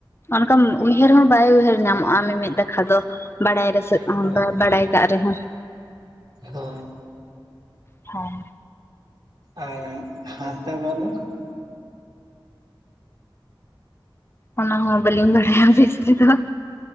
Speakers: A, on the left (about 30°); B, on the right (about 50°).
A: ᱚᱱᱠᱟ ᱩᱭᱦᱟᱹᱨ ᱦᱚᱸ ᱵᱟᱭ ᱩᱭᱦᱟᱹᱨ ᱧᱟᱢᱚᱜᱼᱟ <unintelligible> ᱫᱚ ᱵᱟᱲᱟᱭ ᱨᱮᱥ
B: ᱦᱳᱭ
A: ᱦᱚᱸ ᱵᱟᱲᱟᱭ ᱠᱟᱜ ᱨᱮᱦᱚᱸ
B: ᱦᱳᱭ
A: ᱦᱮᱸ
B: ᱟᱨ ᱦᱟᱥᱫᱟ ᱵᱚᱞᱼᱼ <unintelligible>
A: ᱚᱱᱟ ᱦᱚᱸ ᱵᱟᱹᱞᱤᱧ ᱵᱟᱲᱟᱭᱟ ᱵᱮᱥ ᱛᱮᱫᱚ